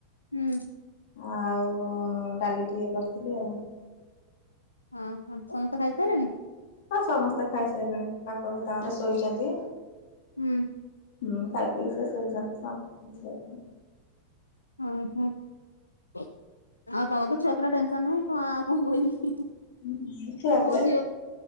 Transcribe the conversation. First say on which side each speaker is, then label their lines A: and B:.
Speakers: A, on the left; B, on the left.
A: ହୁଁ।
B: ଆଉ ଡାଲି ଟିକେ କରିଥିଲି ଆଉ।
A: ହଁ ହଁ ସମସ୍ତେ ଖାଇ ସାରିଲେଣି?
B: ହଁ ସମସ୍ତେ ଖାଇସାରିଲେଣି। ବାପ ବି ତାଙ୍କର ଶୋଇଛନ୍ତି।
A: ହୁଁ।
B: ହୁଁ ଖାଇ ପିଇ କି ସମସ୍ତେ ଶୋଇଚନ୍ତି, ସ ସିଏ
A: ହୁଁ ହୁଁ। ଆଉ ତମର ତ ଛୁଆ ପିଲା ଟେନସନ ନାହିଁ କଣ ଆଉ କଣ କହିବି?
B: ହୁଁ ହୁଁ
A: ମୋ ଝିଅ